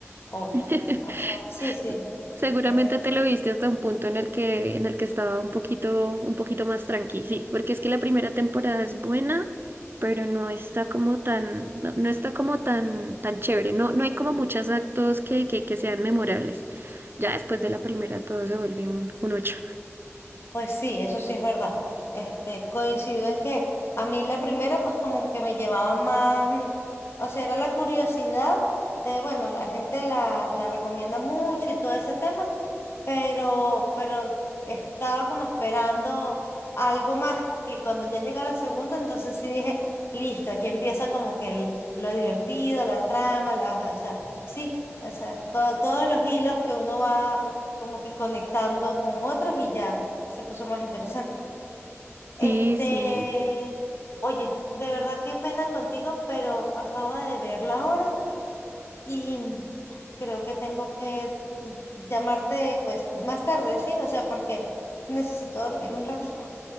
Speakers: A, on the left; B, on the right.
A: obvio.
B: <laughs>
A: O sea, sí, sí,
B: Seguramente
A: eh,
B: te lo viste hasta un punto en el que, en el que estaba un poquito, un poquito más tranqui, sí, porque es que la primera temporada es buena, pero no está como tan, no, no está como tan, tan chévere. No, no hay como muchos actos que, que, que sean memorables. Ya después de la primera todo se vuelve un, un ocho.
A: pues sí, eso sí es verdad. Este, coincido en que a mí la primera, pues como que me llevaba más, mm, o sea, era la curiosidad de, bueno, la gente la, la recomienda mucho y todo ese tema. pero, pero estaba como esperando algo más que cuando ya llega la segunda, entonces sí dije, listo, aquí empieza como que el, lo divertido, la trama, las, o sea, sí, o sea, todo, todos los hilos que uno va como que conectando con otros y ya se puso más interesante. Este,
B: Sí, sí.
A: oye, de verdad qué pena contigo, pero acabo de ver la hora y creo que tengo que llamarte pues más tarde, ¿sí? O sea, porque necesito dormir un ratico.